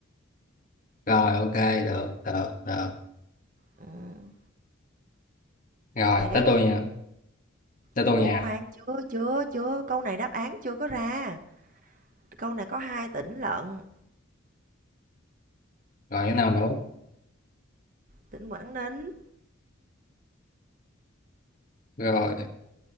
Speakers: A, on the left; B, on the right.
A: Rồi ok, được, được, được.
B: Ừm,
A: Rồi,
B: tiếp.
A: tới tôi nha, tới tôi
B: Ủa
A: nha.
B: khoan, chưa, chưa, chưa. Câu này đáp án chưa có ra. Câu này có hai tỉnh lận.
A: Rồi cái nào nữa?
B: Tỉnh Quảng Ninh.
A: Rồi,